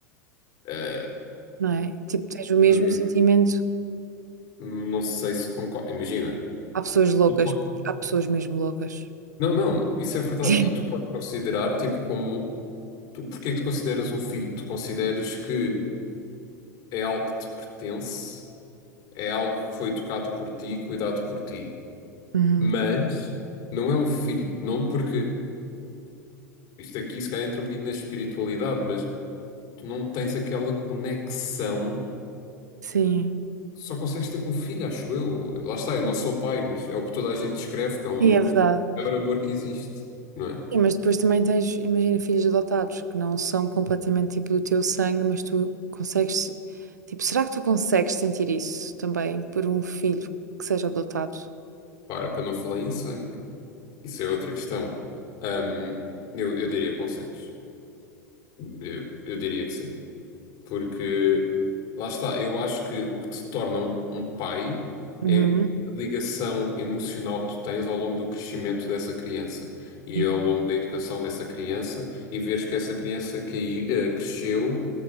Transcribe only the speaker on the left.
Ah,
hum,
não sei se concordo. Imagina.
Tu po-
Não, não, isso é verdade.
E tu podes considerar tipo como Tu, porque é que tu consideras um filho? Tu consideras que é algo que te pertence, é algo que foi tocado por ti, e cuidado por ti.
Mas não é um filho, não porque isto aqui se calhar entra um bocadinho na espiritualidade, mas tu não tens aquela conexão
que só consegues ter com um filho, acho eu. Lá está, eu não sou pai, mas é o que toda a gente descreve, que é o
maior amor que existe, não é?
Para que eu não falei em sangue. Isso é outra questão. Ahm, eu, eu diria que consegues. Eu, eu diria que sim. Porque lá está, eu acho que o que te torna um um pai
é a ligação emocional que tu tens ao longo do crescimento dessa criança e
ao longo da educação dessa criança e vês que essa criança que, cresceu,